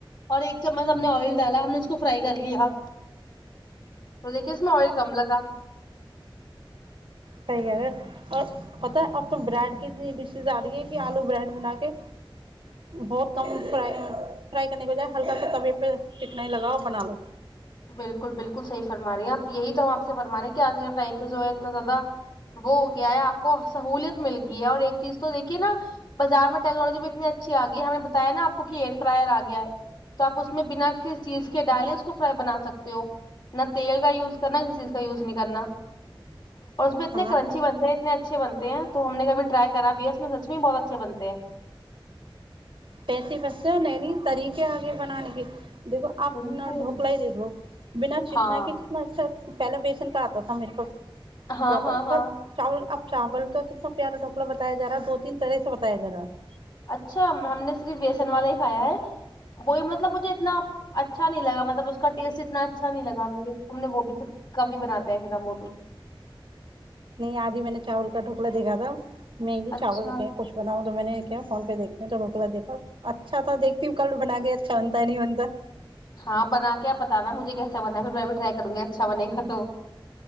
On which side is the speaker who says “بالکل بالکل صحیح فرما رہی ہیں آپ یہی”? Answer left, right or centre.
Left